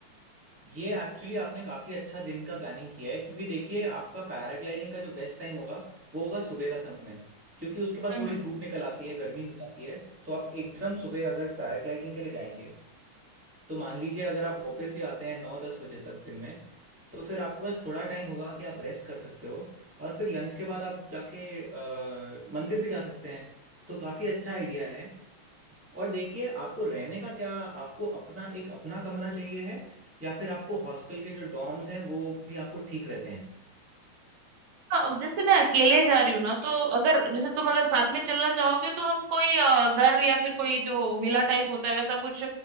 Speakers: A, in the centre; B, on the right (about 70°).
A: ये एक्चुअली आपने काफी अच्छा दिन का प्लानिंग किया है क्योंकि देखिए आपका पैराग्लाइडिंग का जो बेस्ट टाइम होगा वो होगा सुबह का समय क्योंकि उसके बाद
B: हम्म
A: थोड़ी धूप निकल आती है गर्मी हो जाती है तो आप एकदम सुबह अगर पैराग्लाइडिंग के लिए जाएंगे तो मान लीजिए अगर आप वापस भी आते हैं नौ दस बजे तक दिन में तो फिर आपके पास थोड़ा टाइम होगा कि आप रेस्ट कर सकते हो और फिर लंच के बाद आप जाके अ, मंदिर भी जा सकते हैं तो काफी अच्छा आइडिया है और देखिए आपको रहने का क्या आपको अपना एक अपना कमरा चाहिए है या फिर आपको हॉस्टल के जो डॉर्म्स हैं वो भी आपको ठीक रहते हैं
B: हाँ, जैसे मैं अकेले जा रही हूँ ना तो अगर जैसे तुम अगर साथ में चलना चाहोगे तो हम कोई अ, घर या फिर कोई जो विला टाइप होता है वैसा कुछ